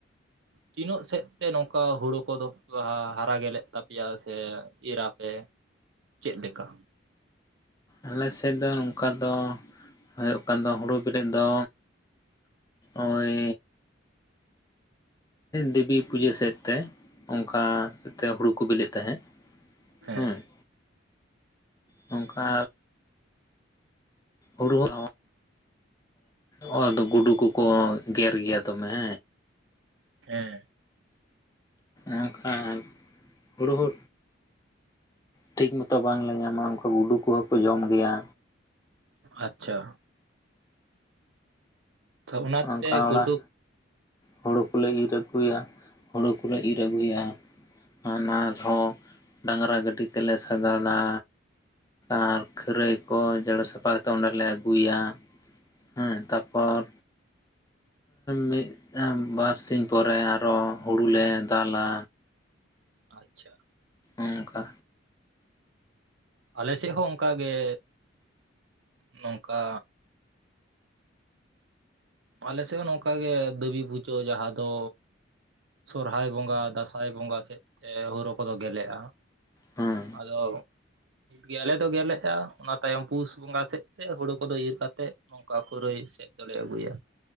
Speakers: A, on the right (about 70°); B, on the left (about 20°).
A: ᱛᱤᱱᱟᱹᱜ ᱥᱮᱫ ᱛᱮ ᱱᱚᱝᱠᱟ ᱦᱩᱲᱩ ᱠᱚᱫᱚ ᱦᱟᱨᱟ ᱜᱮᱞᱮᱜ ᱛᱟᱯᱮᱭᱟ ᱥᱮ ᱤᱨᱟ ᱮ ᱪᱮᱫ ᱞᱮᱠᱟ
B: ᱟᱞᱮ ᱥᱮᱫ ᱫᱚ ᱱᱚᱝᱠᱟ ᱫᱚ ᱦᱩ ᱚᱠᱟ ᱫᱚ ᱦᱩᱲᱩ ᱵᱮᱞᱮᱜ ᱫᱚ ᱳᱭ ᱫᱮᱵᱤ ᱯᱩᱡᱟᱹ ᱥᱮᱫ ᱛᱮ ᱚᱱᱠᱟ ᱛᱮ ᱦᱩᱲᱩ ᱠᱚ ᱵᱤᱞᱤᱮᱜ ᱛᱟᱦᱮᱸᱫ
A: ᱦᱮᱸ
B: ᱦᱩᱸ ᱱᱚᱝᱠᱟ ᱦᱩᱲᱩ <unintelligible> ᱦᱚᱸ ᱚᱫ ᱜᱩᱰᱩ ᱠᱚᱠᱚ ᱜᱮᱨ ᱜᱮᱭᱟ ᱫᱚᱢᱮ
A: ᱮᱸ
B: ᱮᱱᱠᱷᱟᱱ ᱦᱩᱲᱩ ᱦᱩ ᱴᱷᱤᱠ ᱢᱚᱛᱚ ᱵᱟᱝᱞᱮ ᱧᱟᱢᱟ ᱚᱱᱠᱟ ᱜᱩᱰᱩ ᱠᱚᱦᱚᱸ ᱠᱚ ᱡᱚᱢ ᱜᱮᱭᱟ
A: ᱟᱪᱪᱷᱟ ᱛ ᱚᱱᱟᱛᱮ
B: ᱚᱱᱠᱟ
A: ᱜᱩᱰᱩ
B: ᱚᱲᱟᱜ
A: ᱠ
B: ᱦᱳᱲᱳ ᱠᱚᱞᱮ ᱤᱨ ᱟᱹᱜᱩᱭᱟ ᱦᱳᱲᱳ ᱠᱚᱞᱮ ᱤᱨ ᱟᱹᱜᱩᱭᱟ ᱟᱨᱦᱚᱸ ᱰᱟᱝᱨᱟ ᱜᱟᱹᱰᱤ ᱛᱮᱞᱮ ᱥᱟᱜᱟᱲᱟ ᱟᱨ ᱠᱷᱟᱹᱨᱟᱹᱭ ᱠᱚ ᱡᱮᱨᱮᱲ ᱥᱟᱯᱷᱟ ᱠᱟᱛᱮ ᱚᱸᱰᱮᱞᱮ ᱟᱹᱜᱩᱭᱟ ᱦᱩᱸ ᱛᱟᱯᱚᱨ ᱢᱤᱫ ᱵᱟᱨᱥᱤᱧ ᱯᱚᱨᱮ ᱟᱨᱚ ᱦᱩᱲᱩ ᱞᱮ ᱫᱟᱞᱟ
A: ᱟᱪᱪᱷᱟ
B: ᱚᱱᱠᱟ
A: ᱟᱞᱮ ᱥᱮᱫ ᱦᱚᱸ ᱚᱱᱠᱟᱜ ᱜᱮ ᱱᱚᱝᱠᱟ ᱟᱞᱮ ᱥᱮᱫ ᱦᱚᱸ ᱱᱚᱝᱠᱟᱜᱮ ᱫᱟᱹᱵᱤ ᱯᱩᱡᱟᱹ ᱡᱟᱦᱟᱸ ᱫᱚ ᱥᱚᱨᱦᱟᱭ ᱵᱚᱸᱜᱟ ᱫᱟᱸᱥᱟᱭ ᱵᱚᱸᱜᱟ ᱥᱮᱫ ᱛᱮ ᱦᱩᱲᱳ ᱠᱚᱫᱚ ᱜᱮᱞᱮᱜᱼᱟ
B: ᱦᱮᱸ
A: ᱟᱫᱚ ᱜᱮᱞᱮ ᱫᱚ ᱜᱮᱞᱮᱜᱼᱟ ᱚᱱᱟ ᱛᱟᱭᱚᱢ ᱯᱩᱥ ᱵᱚᱸᱜᱟ ᱥᱮᱫ ᱛᱮ ᱦᱳᱲᱳ ᱠᱚᱫᱚ ᱤᱨ ᱠᱟᱛᱮᱫ ᱱᱚᱝᱠᱟ ᱠᱷᱟᱨᱟᱹᱭ ᱥᱮᱫ ᱫᱚᱞᱮ ᱟᱹᱜᱩᱭᱟ